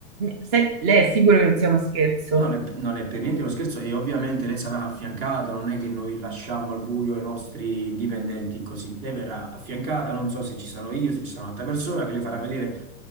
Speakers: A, on the right; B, on the right.
A: se- lei è sicuro che non sia uno scherzo?
B: Non è, non è per niente uno scherzo e ovviamente lei sarà affiancata, non è che noi lasciamo al buio i nostri dipendenti così. Lei verrà affiancata, non so se ci sarò io, se ci sarà un'altra persona che le farà vedere